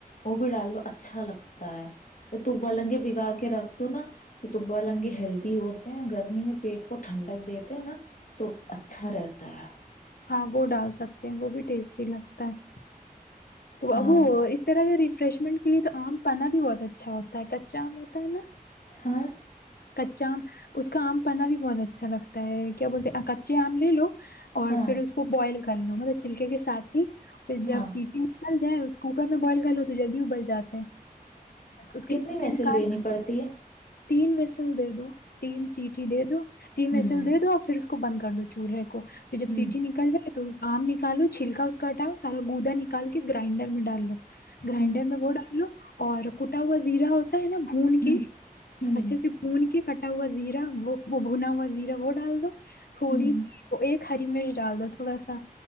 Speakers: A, on the left; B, on the left.
A: وہ بھی ڈال دو اچھا لگتا <unintelligible> تا ہے <unintelligible> وہ تو لنگے بگا کے رکھ تو ناتبا لنگے ہیلدی ہوتے ہیں گرمی میں پیٹ کو ٹھنڈک دیتے ہیں نا تو اچھا رہتا کتار
B: ہاں وہ ڈال سکتے ہیں وہ بھی ٹیسٹی لگتا ہے تو
A: ہاں
B: اب وہ اس طرح کے فریشمنٹ کے لیے تو آم پانا بھی بہت اچھا ہوتا ہے کچا آم ہوتا ہے نا
A: ہاں
B: کچا آم اس کا آم پناا بھی بہت اچھا لگتا ہے کیا بولتے ہیں کچے آم لے لو اور
A: ہاں
B: پھر اس کو بوائل کر کر لو مطلب چلکے کے سات ہی پھر
A: ہاں
B: جب سیٹھی ال جائے اس کوکر میں بوائل کر لو تو جلدی ابل جا ہے اس کے
A: کتنی
B: چھلکے
A: محسل
B: نکال
A: دینی پڑتی ہے
B: تین چل دو تین سیٹیھی دے دو تین
A: ہ
B: ایس ایل دے دو اور پھر کو بند کر دو چولہے کو پھر جب
A: ہ
B: سیٹی نکل جائے تو آم نکالو چھلکا اس کا ہٹاؤ سارا گوودا نکال کے گرائنڈر میں ڈال لو گرائنڈر
A: ہ
B: میں وہ ڈال لو اور کوٹا ہوا زیرا ہوتا ہے نا بھون کے
A: ہ ہ
B: اچھے سے کے کٹا ہوا زیرا وہ وہ بھنا ہوا زیرا وہ ڈال دو تھوڑی
A: ہ
B: ایک ہری مرچ ڈال دو تھوڑا سا